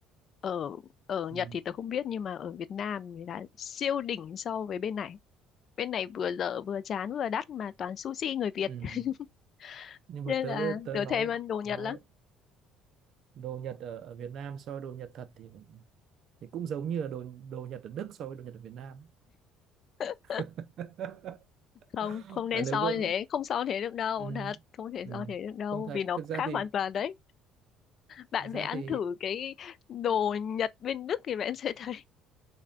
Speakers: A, on the left; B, on the right.
A: Ở ở
B: Ừ.
A: Nhật thì tớ không biết nhưng mà ở Việt Nam thì là siêu đỉnh so với bên này. Bên này vừa dở vừa chán vừa đắt mà toàn sushi người Việt.
B: Ừ.
A: <laughs>
B: Nhưng
A: Nên
B: mà tớ
A: là
B: tớ
A: tớ
B: nói
A: thèm ăn đồ
B: nói
A: Nhật lắm.
B: đồ Nhật ở, ở Việt Nam so với đồ Nhật thật thì thì cũng giống như là đồ đồ Nhật ở Đức so với đồ Nhật ở Việt Nam.
A: <laughs>
B: <laughs>
A: không không nên
B: À, nếu
A: so
B: cậu
A: như thế không so thế được đâu
B: ừ.
A: thật không thể
B: Ừ.
A: so thế được đâu
B: Không thật,
A: vì nó
B: thực
A: cũng
B: ra
A: khác
B: thì
A: hoàn toàn đấy bạn
B: thực ra
A: phải ăn
B: thì
A: thử cái đồ Nhật bên Đức thì bạn <laughs> sẽ thấy